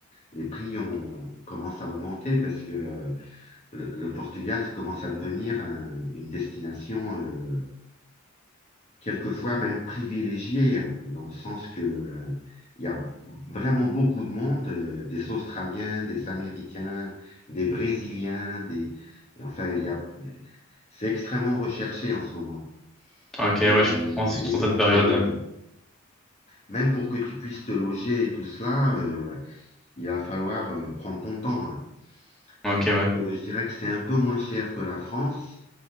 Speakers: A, on the left (about 30°); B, in the centre.
A: Les prix ont, commencent à augmenter parce que... euh, le, le Portugal ça commence à devenir un- une destination euh, quelquefois même privilégiée, hein, dans le sens que euh, il y a vraiment beaucoup de monde, euh, des Australiens, des Américains, des Brésiliens, des et enfin il y a c'est extrêmement recherché en ce moment.
B: Ok, ouais,
A: Et,
B: je comprends,
A: euh,
B: surtout
A: et
B: dans
A: donc,
B: cette période.
A: euh, même pour que tu puisses te loger et tout cela, euh, il va falloir euh, prendre ton temps. hein.
B: Ok,
A: Donc,
B: ouais.
A: euh, je dirais que c'est un peu moins cher que la France,